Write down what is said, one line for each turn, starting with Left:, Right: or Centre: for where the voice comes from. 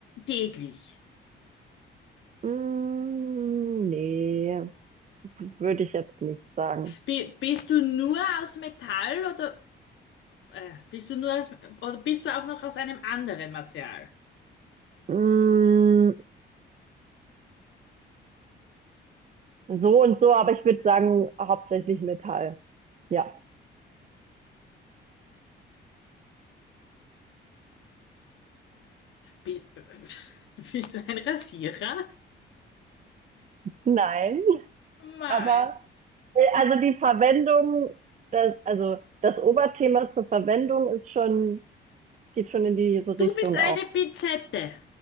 Left: täglich?
Right: Mm, nee, würde ich jetzt nicht sagen.
Left: Bi- bist du nur aus Metall oder Äh, bist du nur aus, oder bist du auch noch aus einem anderen Material?
Right: Mm, so und so, aber ich würde sagen, hauptsächlich Metall. Ja.
Left: Bi <laughs> bist du ein Rasierer?
Right: Nein, <laughs>
Left: Mei.
Right: aber Äh, Also die Verwendung, das, also das Oberthema zur Verwendung ist schon, geht schon in diese
Left: Du
Right: Richtung
Left: bist
Right: auch.
Left: eine Pinzette.